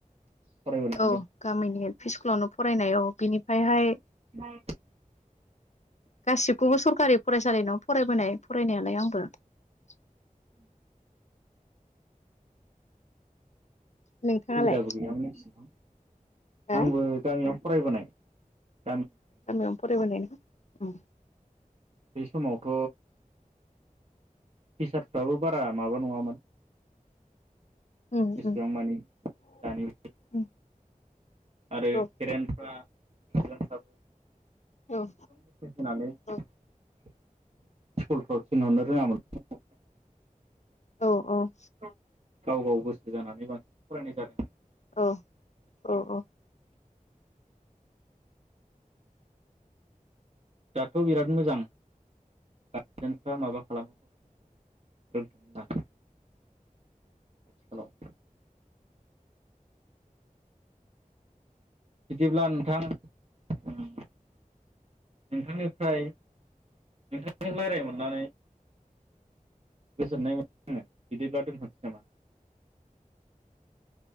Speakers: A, on the right; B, on the left.
A: फरायबोनो मोनदों
B: औ गामिनि एल पि स्कुलावनो फरायनाय औ। बेनिफ्रायहाय
A: फ्राय
B: गासिबखौबो सरखारि फरायसालिनाव फरायबोनाय फरायनायालाय आंबो ।
A: <unintelligible>
B: नोंथाङालाय
A: सुबिदाबो गैयामोन नोंसि
B: हा
A: आंबो गामियाव फरायबोनाय ।
B: गामियावनो फरायबोनाय ना? होम
A: बे समावथ टिचारफ्राबो बारा माबा नङामोन
B: उम
A: एसेबां मानि दानि
B: उम
A: आरो
B: औ
A: पेरेन्टफ्रा <unintelligible> एसेबां
B: औ
A: गोसो होनानै स्कुलफ्राव
B: औ
A: थिनहरनो रोङामोन ।
B: औ औ
A: गाव गाव गोसो जानानै बांसिन फरायनाय जादोंमोन ।
B: औ औ औ
A: दाथ‌' बिराद मोजां गारजेनफ्रा माबा खालामो गथ'फोरखौ रोंथों होननानै स्कुलाव बिदिब्ला नोंथां नोंथांनिफ्राय नोंथांजों रायलायनो मोननानै गोजोननाय मोनबाय आङो बिदिब्ला दोनथ'सै नामा?